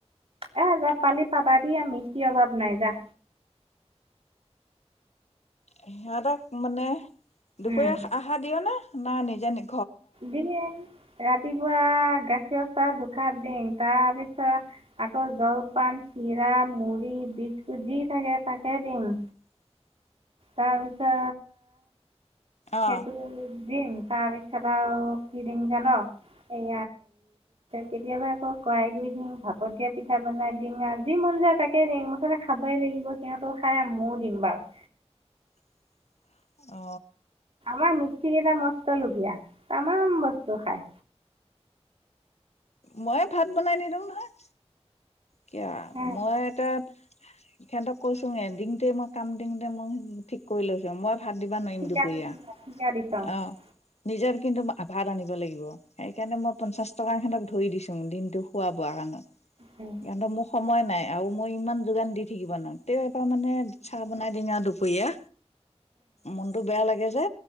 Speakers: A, on the right; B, on the left.
A: এ যা পালি পাবা দি। মিস্ত্ৰী অভাৱ নাই যা।
B: সিহঁতক মানে দুপৰীয়া
A: উম
B: আহাৰ দিয়া নে না নিজে নি
A: দিনে ৰাতিপুৱা গাখীৰ <unintelligible> তাৰপিছত আকৌ জলপান, চিৰা, মুড়ি, বিস্কুট যি থাকে তাকে দিং।
B: <inaudible>
A: তাৰপিছত
B: অ
A: সেইটো দিম, তাৰপিছত আৰু কি দিম জান এই কেতিয়াবা আকৌ কৰাই গুৰি দিং, ভাপত দিয়া পিঠা বনাই ডিং আ যি মন যায় তাকে ডিং। মুঠতে খাব ই লাগিব। সিহঁতেও খাই, ময়ো দিম বাৰু।
B: উম। অ।
A: আমাৰ মিস্ত্ৰী কেইটা মস্ত লোভীয়া তামাম বস্তু খাই।
B: ময়ে ভাত বনাই নিদিওঁ নহয়। কিয়
A: উম,
B: মই এটা। সিহঁতক কৈছো দিনতে মই কাম দিওঁতে মই ঠিক কৰি লৈছো মই। ভাত দিবা নোৱাৰম
A: ঠিকা
B: দুপৰীয়া
A: নিচিনা ঠিকা দিছ উম
B: অ নিজৰ কিন্তু আ ভাত আনিব লাগিব। সেইকাৰণে মই পঞ্চাশ টকা এহতক ধৰি দিছো দিনটো খোৱা বোৱা কাৰণত।
A: উম
B: সিহতক মোৰ সময় নাই আৰু মই ইমান যোগান দি থাকিব নো তে এবাৰ মানে চাহ বনাই দি আৰু দুপৰীয়া। মনতটো বেয়া লাগে যে